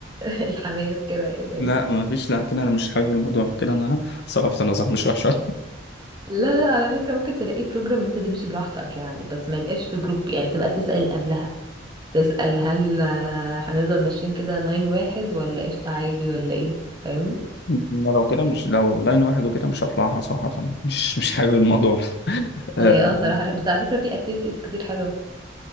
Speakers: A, on the right; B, on the left.
A: <laughs> الحماس كده يعني
B: لا ما فيش لا كده انا مش حابب الموضوع كده انا صرفت نظر مش وحشه <laughs>
A: لا لا على فكرة ممكن تلاقي بروجرام انت تمشي براحتك يعني بس ما يبقاش في جروب يعني تبقى تسأل قبلها تسأل هل آه، هنفضل ماشيين كده لاين واحد ولا قشطة عادي ولا ايه فاهمني
B: أنا لو كده مش لو لاين واحد وكده مش هطلعها صراحه مش مش حابب الموضوع <laughs> آه
A: هي اه صراحة بس على فكرة في اكتيفيتيز كتير حلوة